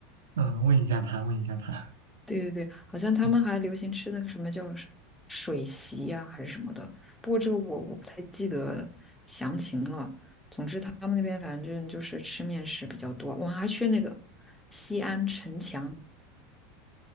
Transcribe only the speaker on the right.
嗯，问一下他，问一下他。
嗯。